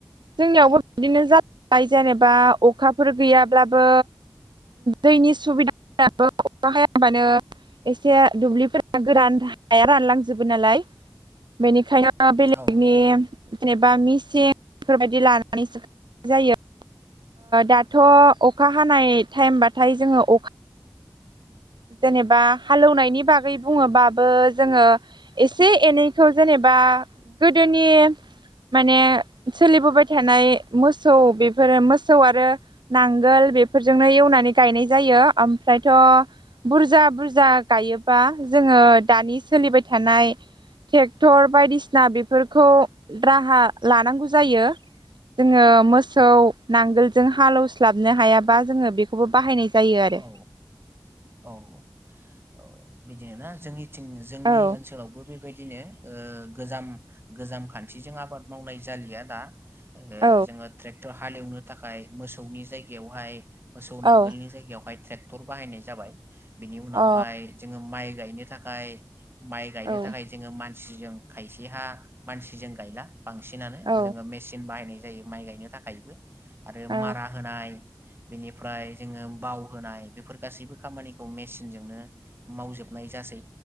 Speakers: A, on the right (about 75°); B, on the right (about 30°).
A: जोंनियावबो बिदिनो जालांबाय जेनेबा अखाफोर गैयाब्लाबो दैनि सुबिदाफोराबो अखा हा हबानो एसे दुब्लिफोरा गोरान हाया रानलांजोबो नालाय बेनिखायनो बेलेगनि
B: औ
A: जेनेबा मिस सें बेफोरबायदि लानानैसोनाय जायो दाथ' अखा हानाय टाइमबथाय जोङो अखा जेनेबा हालेवनायनि बागै बुङोबाबो जोङो एसे एनैखौ जेनेबा गोदोनि माने सोलिबोबाय थानाय मोसौ बेफोरो मोसौ आरो नांगोल बेफोरजोंनो एवनानै गायनाय जायो ओमफ्रायथ' बुरजा बुरजा गायोबा जोङो दानि सोलिबाय थानाय ट्रेक्टर बायदिसिना बेफोरखौ राहा लानांगौ जायो जोङो मोसौ नांगोलजों हालौ लासलबनो हायाबा जोङो बेखौबो बाहायनाय जायो आरो
B: औ औ औ बिदिनो ना जोंनि जोंनि
A: औ
B: ओनसोलावबो बेबायदिनो ओ गोजाम गोजाम खान्थि आथिजों आबाद मावनाय जालिया दा
A: औ
B: जोङो ट्रेक- टर हालेवनो थाखाय मोसौनि जायगायावहाय मोसौ नांगोलनि
A: औ
B: जायगायाव बेहाय ट्रेक्टर बाहायनाय जाबाय बिनि उनावहाय
A: औ
B: जोङो माइ गायनो थाखाय माइ गायनो
A: औ
B: थाखाय जोङो मानसि मानसिजों खायसेहा मानसिजों गायला बांसिनानो
A: औ
B: जोङो मेसिन बाहायनाय जायो माइ गायनो थाखायबो आरो
A: औ
B: मारा होनाय बेनिफ्राय जोङो बाव होनाय बेफोर गासैबो खामानिखौ मेसिनजोंनो मावजोबनाय जासै